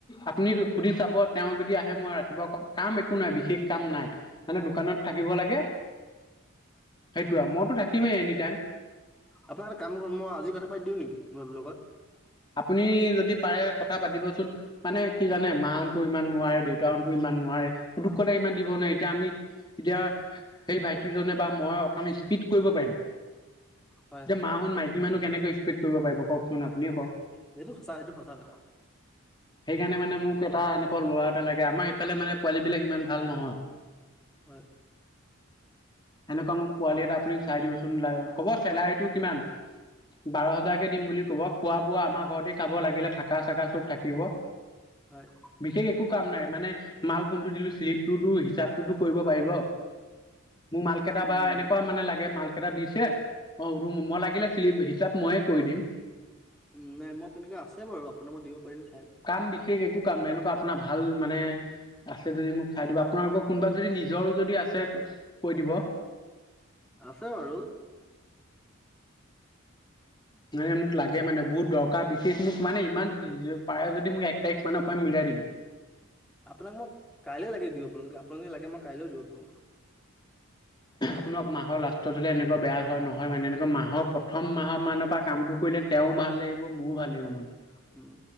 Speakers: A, on the left; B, in the centre.
A: আপুনি সুধি চাব, তেওঁ যদি আহে মই ৰাতিপুৱা কম। কাম একো নাই বিশেষ কাম নাই মানে, দোকানত থাকিব লাগে সেইটো আৰু। মইতো থাকিমেই এনি টাইম।
B: আপোনাৰ এটা কাম কৰিম, মই আজি কথা পাতি দিওঁ নেকি ল'ৰাটোৰ লগত?
A: আপুনি যদি পাৰে কথা পাতিবচোন। মানে কি জানে মাহ'তো ইমান নোৱাৰে দেউতাহ'তো ইমান নোৱাৰে। পুতুকতে
B: অ
A: ইমান দিব নাই, এতিয়া আমি এতিয়া সেই ভাইটিজনে বা মই অকণ স্পীড কৰিব পাৰিম।
B: হয়
A: যে
B: হয়
A: মাহ'ত মাইকী মানুহ কেনেকে স্পীড কৰিব পাৰিব কওঁকচোন আপুনিয়ে কওঁক।
B: সেইটো সঁচা সেইটো সঁচা কথা।
A: সেইকাৰণে মানে মোক এটা এনেকুৱা ল'ৰা এটা লাগে, আমাৰ ইফালে মানে পোৱালী বিলাক ইমান ভাল নহয়।
B: হয়।
A: সেনেকুৱা মোক পোৱালি এটা আপুনি চাই দিবচোন, ক'ব চেলাৰীটো কিমান? বাৰ হাজাৰকে দিম বুলি ক'ব, খোৱা বোৱা আমাৰ। ঘৰতি খাব লাগিলে থাকা চাকা চব থাকিব।
B: হয়।
A: বিশেষ একো কাম নাই, মানে মাল কোনটো দিলো শ্লিপটোতো হিচাপটোতো কৰিব পাৰিব। মোক মাল কেইটা বা
B: উম
A: এনেকুৱা মানে লাগে মাল কেইটা দিছে, অ' ৰুম মই লাগিলে চিলিপ হিচাপ ময়ে কৰি দিম।
B: উ নাই মই তেনেকুৱা আছে বাৰু আপোনাৰ মই দিব পাৰিম চাই।
A: কাম বিশেষ একো কাম নাই, এনেকুৱা আপোনাৰ ভাল মানে আছে যদি মোক চাই দিব। আপোনালোকৰ কোনোবা যদি নিজৰো যদি আছে কৈ দিব।
B: আছে বাৰু।
A: মানে মোক লাগে মানে বহুত দৰকাৰ, বিশেষ মোক মানে ইমান পাৰে যদি মোক এক তাৰিখ মানৰ পৰা মিলাই দিব।
B: আপোনাক মই কাইলৈ লাগে দিব পাৰো, আপোনাক লাগে যদি মই কাইলৈ দিব পাৰো।
A: শুনক মাহৰ লাষ্টত হ'লে এনেকুৱা বেয়া হয় নহয়, মানে এনেকুৱা মাহৰ প্ৰথম মাহৰ মানৰ পৰা কামবোৰ কৰিলে তেওঁ ভাল লাগিব মোৰো ভাল লাগিব মনটো।
B: উম,